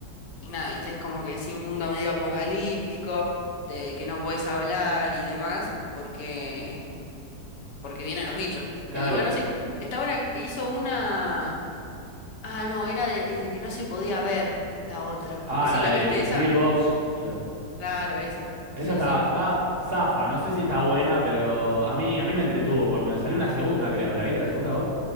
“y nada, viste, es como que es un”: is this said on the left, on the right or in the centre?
Left